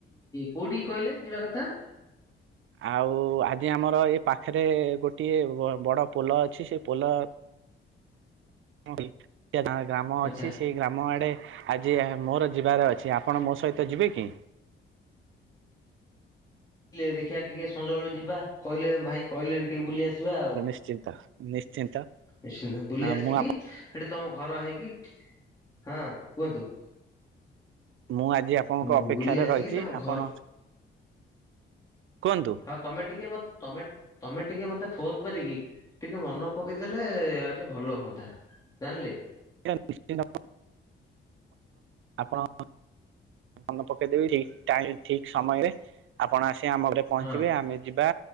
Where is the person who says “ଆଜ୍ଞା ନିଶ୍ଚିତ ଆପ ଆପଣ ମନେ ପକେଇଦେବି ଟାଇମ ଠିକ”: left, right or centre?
Right